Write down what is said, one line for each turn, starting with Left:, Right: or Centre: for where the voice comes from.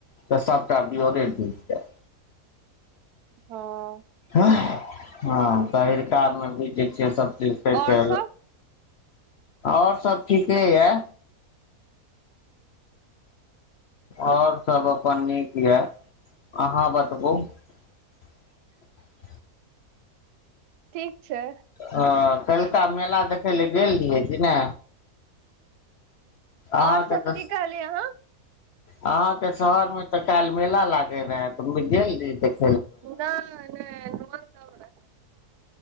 Left: तऽ सबटाभी ओरे द छै
Right: हँ
Left: हँ गहिरकामे भी जे छैिय सब ठ
Right: और सब
Left: आओर सब ठीके यऽ ओर सभ अपन नीक यए अहाँ बतबू <inaudible>
Right: ठीक छै
Left: हँ पहिलका मेला देखै लए गेल रहियै कि ने अहा
Right: और सब
Left: के ते
Right: की कहलियै अहाँ
Left: अहाँ के शहर में ते काईल मेला लागे रहै त गेल र
Right: नैय नैय इहो सब रहै